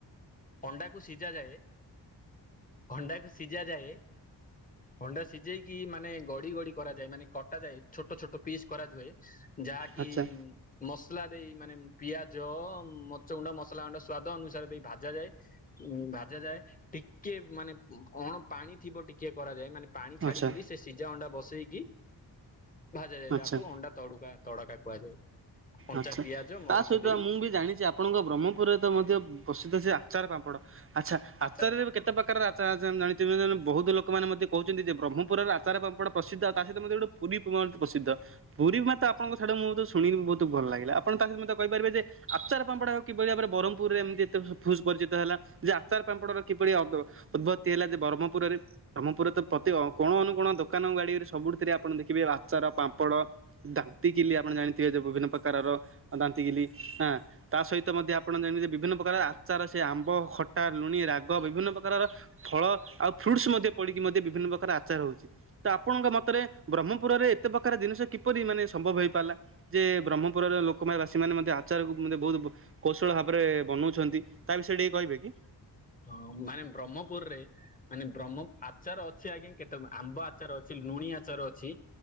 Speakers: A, on the left; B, on the right.
A: ଅଣ୍ଡା କୁ ସିଝାଯାଏ। ଅଣ୍ଡାକୁ ସିଝାଯାଏ। ଅଣ୍ଡା ସିଝେଇକି, ମାନେ ଗଡି ଗଡି କରାଯାଏ, ମାନେ କଟାଯାଏ, ଛୋଟ ଛୋଟ ପିସ୍ କରାଯାଏ। ଯାହାକି
B: ଆଚ୍ଛା
A: ମସଲା ଦେଇ, ମାନେ ପିଆ ଜ, ମରିଚ ଗୁଣ୍ଡ, ମସଲା ଗୁଣ୍ଡ, ସ୍ଵାଦ ଅନୁସାରେ ଦେଇ ଭାଜାଯାଏ ଉ- ଭାଜାଯାଏ। ଟିକେ, ମାନେ ଅଣ ପାଣି ଥିବ, ଟିକେ କରାଯାଏ, ମାନେ ପାଣି ଛାଡିକିରି,
B: ଆଚ୍ଛା
A: ସେ ସିଝା ଅଣ୍ଡା ବସ ଟି ଭାଜାଯାଏ।
B: ଆଚ୍ଛା
A: ତାକୁ ଅଣ୍ଡା ତଡୁକା ତଡକା କୁହାଯାଏ। କଞ୍ଚା
B: ଆଛା,
A: ପିଆଜ ମରିଚ
B: ତା ସହିତ
A: ଦେଇ
B: ମୁଁ ବି ଜାଣିଛି, ଆପଣଙ୍କ ବ୍ରହ୍ମପୁରରେ ତ ମଧ୍ୟ ପ୍ରସିଦ୍ଧ ସେ ଆଚାର ପାମ୍ପଡ। ଆଚ୍ଛା,
A: ଆଚାର
B: ଆଚାରରେ
A: ପାପଡ଼
B: କେତେ ପ୍ରକାର ଆଚାର ଆ ଜାଣି ବହୁତ ଲୋକମାନେ ମୋତେ କହୁଛନ୍ତି ଯେ ବ୍ରହ୍ମପୁରର ଆଚାର ପାପଡ଼ ପ୍ରସିଦ୍ଧ। ଆଉ ତା ସହିତ ମଧ୍ୟ ଗୋଟେ ପୁନିପୁଅଧ୍ୟ ପ୍ରସିଦ୍ଧ। ପୁରୀ ମତେ, ଆପଣଙ୍କ ସାଡେ ମୁଁ ତ ଶୁଣିନି ବହୁତ। ତୁ ଭଲ ଲାଗିଲା। ଆପଣ ତା ସହିତେ କହିପାରିବେ ଯେ, ଆଚାର ପାପଡ଼ କିପରି ଭାବରେ ବର ପୁରୀରେ ଏମତି ଏତେ ଫୁସ ପରିଚିତ ହେଲା। ଯେ ଆଚାର, ପାମ୍ପଡର କିପରି ଅଦ ଉଦ୍ଭତ୍ତି ହେଲା, ଯେ ବ୍ରହ୍ମପୁରରେ ବ୍ରହ୍ମପୁରରେ ତ ପ୍ରତି ଅ କୋଣ-ଅନୁକୋଣ, ଦୋକାନ, ଗାଡିରେ, ସବୁଠିଥିରେ ଆପଣ ଦେଖିବେ ଆଚାର, ପାମ୍ପଡ। ଦାନ୍ତିକିଲି, ଆପଣ ଜାଣିଥିବେ ଯେ, ବିଭିନ୍ନ ପ୍ରକାରର ଦାନ୍ତିିକିଲି। ହଁ, ତା ସହିତ ମଧ୍ୟ ଆପଣ ଜାଣିଥିବେ, ବିଭିନ୍ନ ପ୍ରକାର ଆଚାର-ସେ ଆମ୍ବ ଖଟା, ଲୁଣି, ରାଗ-ବିଭିନ୍ନ ପ୍ରକାରର ଫଳ ଆଉ ଫ୍ରୁଟସ ମଧ୍ୟ ପଡିକି, ମଧ୍ୟ ବିଭିନ୍ନ ପ୍ରକାର ଆଚାର ହଉଛି। ତ, ଆପଣଙ୍କ ମତରେ ବ୍ରହ୍ମପୁରରେ ଏତେ ପ୍ରକାର ଜିନିଷ କିପରି, ମାନେ, ସମ୍ଭବ ହେଇପାରିଲା ଯେ ବ୍ରହ୍ମପୁରର ଲୋକ ବାସୀ ମେ ମଧ୍ୟ ଆଚାର କୁ ବହୁତ କୌଶଳ ଭାବ ପ୍ରେ ବନଉଛନ୍ତି ତା ବିଷୟରେ ଟିକେ କହିବେ କି।
A: ହଁ ମାନେ ବ୍ରହ୍ମପୁରରେ ମାନେ ବ୍ରହ୍ମ ଆଚାର ଅଛି ଆଜ୍ଞା କେତେ ଆମ୍ବ ଆଚାର ଅଛି ଲୁଣି ଆଚାର ଅଛି